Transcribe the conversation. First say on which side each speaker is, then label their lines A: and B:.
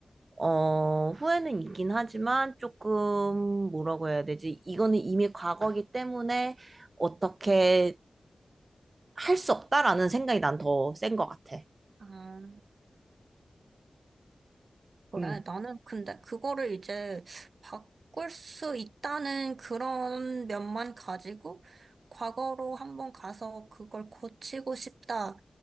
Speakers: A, on the right; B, on the right.
A: 어, 후회는 있긴 하지만 조금 뭐라고 해야 되지? 이거는 이미 과거기 때문에 어떻게 할 수 없다라는 생각이 난 더 센 것 같아.
B: 아, 그래.
A: 음.
B: 나는 근데 그거를 이제 바꿀 수 있다는 그런 면만 가지고 과거로 한번 가서 그걸 고치고 싶다.